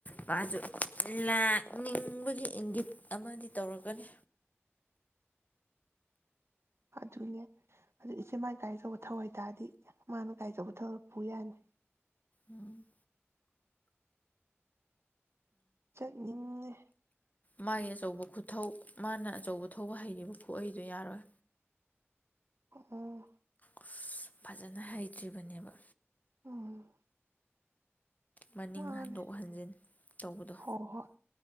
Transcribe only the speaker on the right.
ꯑꯗꯨꯅꯦ ꯑꯗꯨ ꯏꯆꯦ ꯃꯥꯅ ꯀꯥꯏꯆꯧꯕ ꯊꯧ ꯍꯥꯏꯇꯥꯔꯗꯤ ꯃꯥꯅ ꯀꯥꯏꯆꯧꯕ ꯊꯧꯔꯄ ꯌꯥꯅꯤ
ꯆꯠꯅꯤꯡꯉꯦ
ꯑꫭ ꯑꫭ
ꯎꯝ
ꯃꯥꯅꯦ
ꯍꯣꯏ ꯍꯣꯏ